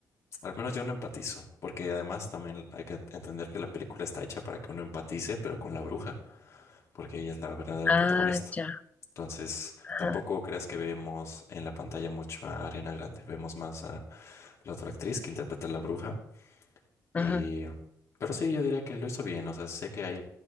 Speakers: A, on the left; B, on the left.
A: al menos yo no empatizo, porque además también hay que entender que la película está hecha para que uno empatice, pero con la bruja, porque ella es la verdadera
B: Ah,
A: protagonista.
B: ya.
A: Entonces,
B: Ajá.
A: tampoco creas que vemos en la pantalla mucho a Ariana Grande, vemos más a la otra actriz que interpreta a la bruja. Y,
B: Ajá.
A: pero sí, yo diría que lo hizo bien, o sea, sé que hay